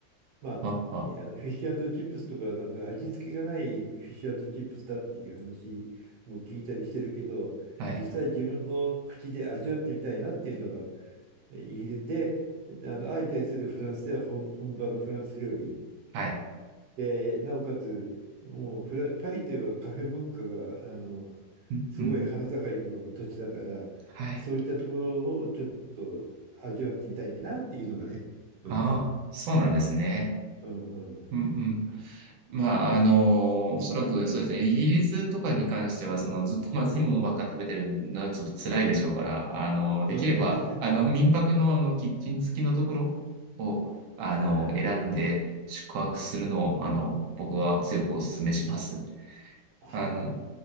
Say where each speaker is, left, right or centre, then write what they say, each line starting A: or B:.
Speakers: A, on the right (about 60°); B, on the right (about 80°).
A: まあ、
B: あ、あ、
A: いや、フィッシュチップスとか、なんか味付けがないフィッシュチップスだっていう話も聞いたりしてるけど、
B: はい、
A: 実際自分の口で味わってみたいなっていうのが、えイギリスで、あの相対するフランスでは本、本場のフランス料理
B: はい。
A: で、なおかつ、もうフラ、パリといえばカフェ文化が、あの、
B: うん、
A: すごい花盛りの土地だから、
B: うん、はい。
A: そういったところをちょっと味わってみたいなっていうのがね。うん。
B: ああ、そうなんですね。
A: うんうん。
B: うん、うん。まあ、あのおそらくそうですね。イギリスとかに関しては、その、ずっとまずいものばっか食べてるのはちょっと辛いでしょうから、あのできれば、
A: うん
B: あの、民泊のあの、キッチン付きのところを、あの、
A: <laughs> あ
B: 選んで宿泊するのを、あの、僕は強くお勧めします。
A: ーあ、
B: あの、